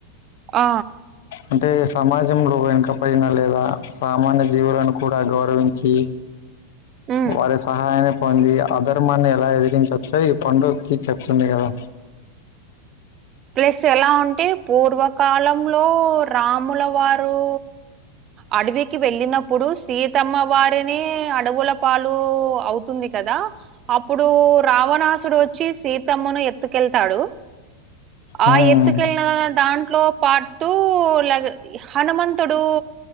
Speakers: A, on the right; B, on the left.
A: ఆ
B: అంటే సమాజంలో వెనక పడినా లేదా సామాన్య జీవులను కూడా గౌరవించి.
A: హ్మ్.
B: వాడి సహాయాని కొంది అధర్మాన్ని ఎలా ఎదిగించొచ్చో ఈ పండుగ్కి చెప్తుంది గదా
A: ప్లేస్ ఎలా ఉంటే పూర్వకాలంలో రాముల వారూ అడవికి వెళ్ళినప్పుడు సీతమ్మ వారినే అడవుల పాలు అవుతుంది కదా అప్పుడు రావణాసుడు వచ్చి సీతమ్మను ఎత్తుకెళ్తాడు ఆ
B: ఉమ్,
A: ఎత్తుకెళ్ళిన దాంట్లో పాటు ల హనుమంతుడు